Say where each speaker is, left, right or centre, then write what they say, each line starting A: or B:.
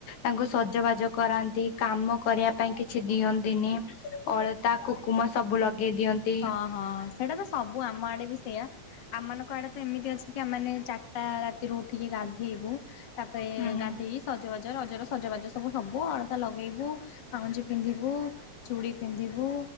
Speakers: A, on the left; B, on the left.
A: ତାଙ୍କୁ ସଜବାଜ କରାନ୍ତି, କାମ କରିବା ପାଇଁ କିଛି ଦିଅନ୍ତି ଦିନେ ଅଳତା କୁକୁମ ସବୁ ଲଗେଇ ଦିଅନ୍ତି।
B: ଓହଁ ସେଇଟା ତ ସବୁ ଆମ ଆଡେ ବି ସେଇୟା। ଆମ ମାନଙ୍କ ଆଡେ ତ ଏମିତି ଅଛି କି ଆମେ ଚାରିଟା ରାତିରୁ ଉଠିକି ଗାଧେଇବୁ। ତାପରେ
A: ହୁଁ
B: ଗାଧେଇ ସଜବାଜ ରଜର ସଜବାଜ ସବୁ ହବୁ ଅଳତା ଲଗେଇବୁ ପାଉଁଜି ପିନ୍ଧିବୁ। ଚୁଡ଼ି ପିନ୍ଧିବୁ